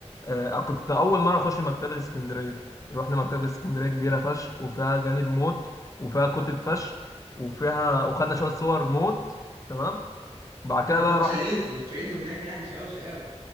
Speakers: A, on the left (about 30°); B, on the right (about 65°).
A: آه كنت اول مره اخش مكتبه اسكندريه رحنا مكتبه اسكندريه كبيره فشخ وفيها جانب موت وفيها كتب فشخ وفيها وخدنا شويه صور موت تمام بعد كده
B: ده انت
A: بقى
B: اتشقيته
A: رحنا
B: اتشقيته هناك يعني شقاوه شقاوه